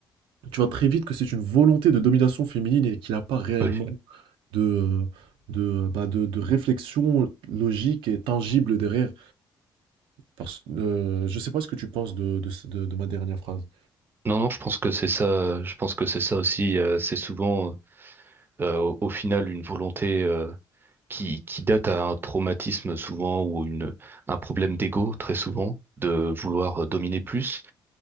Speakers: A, on the right; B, on the right.
A: tu vois très vite que c'est une volonté de domination féminine et qu'il y a pas réellement
B: Oui.
A: de, euh, de, euh, bah, de de réflexion logique et tangible derrière. Parce heu, je sais pas ce que tu penses de de ce de de ma dernière phrase.
B: Non, non, je pense que c'est ça. Je pense que c'est ça aussi. euh, c'est souvent, euh, au, au final, une volonté. euh, qui, qui date à un traumatisme souvent ou une, un problème d'ego très souvent, de vouloir euh, dominer plus,